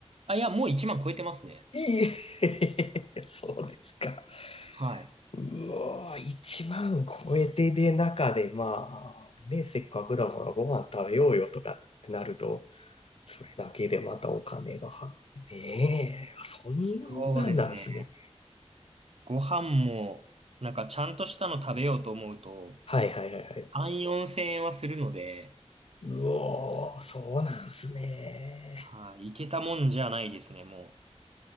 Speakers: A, on the right; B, on the left.
A: あ、いや、もう1万超えてますね。
B: いいえ <laughs> そうですか。
A: はい。
B: うわー、1万超えてで中で、まあ、ね、せっかくだからご飯食べようよとかってなると、それだけでまたお金がは、ねえ、そんなんなんすね。
A: そうですね。ご飯も、なんかちゃんとしたの食べようと思うと、
B: はいはいはいはい。
A: 3、4千円はするので、
B: うおー、そうなんすね。
A: はい、いけたもんじゃないですね、もう。